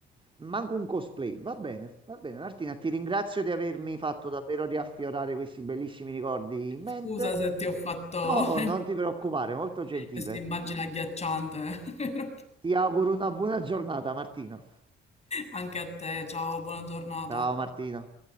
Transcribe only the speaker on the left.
Scusa se ti ho fatto
<laughs>
questa immagine agghiacciante. <laughs>
Anche a te, ciao, buona giornata.